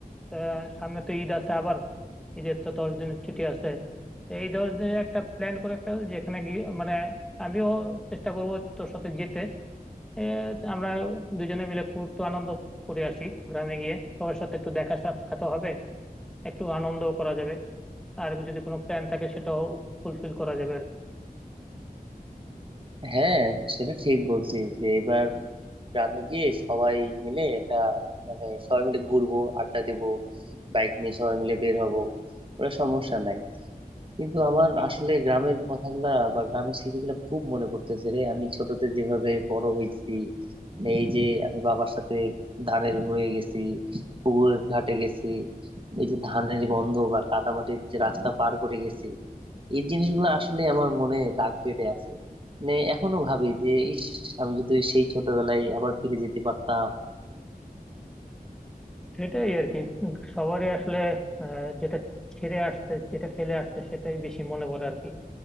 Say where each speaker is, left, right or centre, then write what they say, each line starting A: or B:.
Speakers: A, in the centre; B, on the right.
A: আহ, সামনে তো ঈদ আছে আবার ঈদের তো দশ দিনের ছুটি আছে তো এই দশ দিনে একটা প্ল্যান করে ফেল যেখানে গিয়ে মানে আমিও চেষ্টা করব তোর সাথে যেতে এ, আমরা দুজনে মিলে খুব একটু আনন্দ করে আসি গ্রামে গিয়ে সবার সাথে একটু দেখা সাক্ষাৎ হবে একটু আনন্দও করা যাবে আর যদি কোনো প্ল্যান থাকে সেটাও ফুলফিল করা যাবে আর কি
B: হ্যাঁ সেটা ঠিক বলছিস যে এবার গ্রামে গিয়ে সবাই মিলে একটা মানে সবাই মিলে ঘুরবো আড্ডা দেবো বাইক নিয়ে সবাই মিলে বের হবো ওটা সমস্যা নাই কিন্তু আমার আসলে গ্রামের কথাগুলা বা গ্রামের স্মৃতিগুলা খুব মনে পড়তেছে রে আমি ছোটতে যেভাবে বড় হয়েছি মানে এই যে আমি বাবার সাথে ধানের হয়ে গেছি পুকুরের ঘাটে গেছি এই যে ধানের গন্ধ বা কাদামাটির যে রাস্তা পার করে গেছি এই জিনিসগুলো আসলে আমার মনে দাগ কেটে আছে মানে এখনো ভাবি যে ইস আমি যদি সেই ছোটবেলায় আবার ফিরে যেতে পারতাম
A: সেটাই আর কি সবারই আসলে আহ, যেটা ছেড়ে আসছে যেটা ফেলে আসছে সেটাই বেশি মনে পড়ে আর কি